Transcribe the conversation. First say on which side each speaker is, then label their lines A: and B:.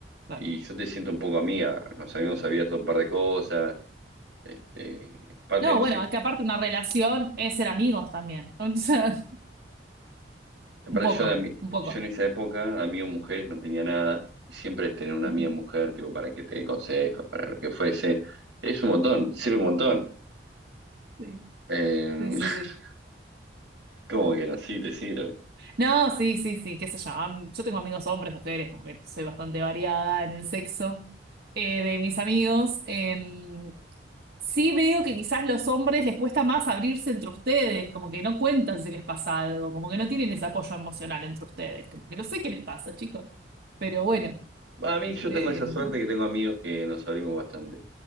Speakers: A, on the right (about 60°); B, on the right (about 80°).
A: claro.
B: y yo te siento un poco amiga. Nos habíamos abierto un par de cosas. Este, aparte
A: No,
B: en ese,
A: bueno, es que aparte una relación es ser amigos también. <laughs> O sea,
B: aparte
A: un poco,
B: yo de ami-
A: un poco.
B: yo en esa época, amigo mujeres no tenía nada. Y siempre es tener una
A: Ujú.
B: amiga mujer, tipo, para que te dé consejos, para lo que fuese. Es un montón, te sirve un montón.
A: Sí,
B: Eh,
A: sí, sí.
B: <laughs>
A: sí.
B: como que no, sí, te sirve.
A: No, sí, sí, sí, qué sé yo. am- Yo tengo amigos hombres, mujeres, como que soy bastante variada en el sexo eh, de mis amigos. Em, sí veo que quizás los hombres les cuesta más abrirse entre ustedes, como que no cuentan si les pasa algo, como que no tienen ese apoyo emocional entre ustedes, como que no sé qué les pasa, chicos. Pero bueno.
B: Bueno, A mí yo
A: em,
B: tengo esa suerte que tengo amigos que nos abrimos bastante.